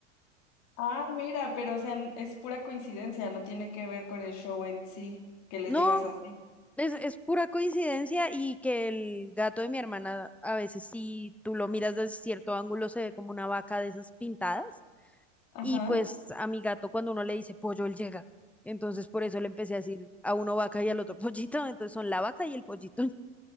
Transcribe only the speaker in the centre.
No,
Es, es pura coincidencia y que el gato de mi hermana a veces si tú lo miras desde cierto ángulo se ve como una vaca de esas pintadas
y pues a mi gato cuando uno le dice pollo él llega. Entonces por eso le empecé a decir a uno vaca y al otro <laughs> pollito, entonces son la vaca y el pollito. <laughs>